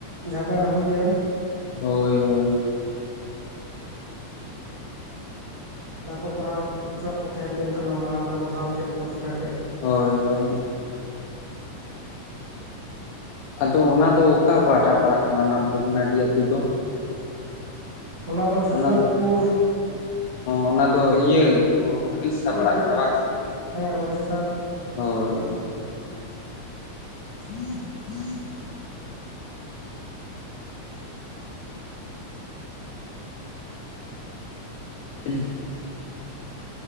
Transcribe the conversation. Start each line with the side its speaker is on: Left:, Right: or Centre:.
Right: ᱡᱷᱟᱢᱮᱲᱟ ᱦᱩᱭ ᱞᱮᱱ
Left: ᱦᱳᱭ ᱦᱳᱭ
Right: ᱵᱟᱠᱚ ᱠᱚᱨᱟᱣ ᱠᱩ ᱦᱚᱪᱩᱭᱟᱫ ᱠᱚ ᱛᱟᱦᱮᱱ ᱢᱟ ᱫᱤᱱ ᱠᱟᱞᱚᱢ ᱢᱟ ᱚᱱᱠᱟ ᱠᱚ ᱫᱟᱞ ᱠᱮᱫ ᱠᱚ ᱪᱤᱠᱟᱹ
Left: ᱦᱳᱭ ᱦᱳᱭ ᱟᱫᱚ ᱚᱱᱟ ᱫᱚ ᱚᱠᱟ ᱯᱟᱦᱴᱟ ᱯᱟᱲᱟᱜ ᱠᱟᱱᱟ ᱚᱱᱟ ᱵᱷᱚᱜᱽᱱᱟᱰᱤ ᱟᱹᱛᱩ ᱫᱚ
Right: ᱫᱚ ᱪᱷᱳᱴᱳᱱᱟᱜᱽᱯᱩᱨ
Left: ᱚᱱᱟ ᱫᱚ ᱚᱱᱟ ᱫᱚ ᱤᱭᱟᱹ ᱩᱲᱤᱥᱥᱟ
Right: ᱯᱩᱨ
Left: ᱯᱟᱲᱟᱜ ᱠᱟᱱᱟ ᱵᱟᱝ ᱥᱮ
Right: ᱦᱮᱸ ᱩᱲᱤᱥᱥᱟ
Left: ᱦᱳᱭ <unintelligible> <unintelligible>